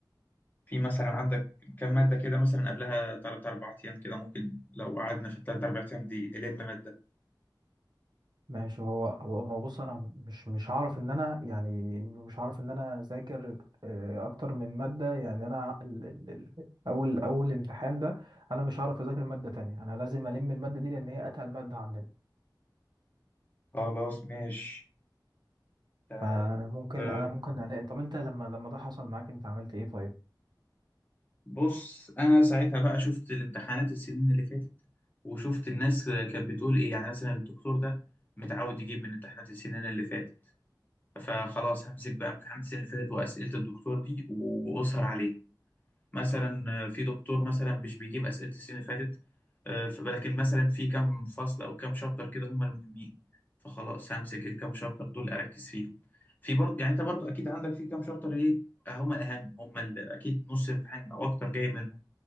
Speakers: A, on the left; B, on the right.
A: في مثلا عندك كام ماده كده مثلا قبلها 3 4 ايام كده ممكن لو قعدنا في الثلاث اربع ايام دي نلم ماده
B: ماشي هو هو هو بص انا مش مش هعرف ان انا يعني مش هعرف ان انا اذاكر آه، اكتر من ماده يعني انا ال... ال... ال... اول اول امتحان ده انا مش هعرف اذاكر ماده تانية انا لازم الم الماده دي لان هي اتقل ماده عندنا
A: خلاص ماشي تعال
B: فممكن
A: نشوف
B: انا ممكن الاقي طب انت لما لما ده حصل معاك انت عملت ايه طيب
A: بص انا ساعتها بقى شفت الامتحانات السنين اللي فاتت وشفت الناس كانت بتقول ايه يعني مثلا الدكتور ده متعود يجيب من امتحانات السنين اللي فاتت فخلاص همسك بقى امتحانات السنين اللي فاتت واسئله الدكتور دي واسهر عليها مثلا في دكتور مثلا مش بيجيب اسئله السنين اللي فاتت آه، ف- لكن مثلا في كام فصل او كام شابتر كده هم المهمين فخلاص همسك الكام شابتر دول اركز فيهم في برضه يعني انت برضه اكيد عندك في كام شابتر ايه هم الاهم هم ال- اكيد نص امتحان او اكتر جاي من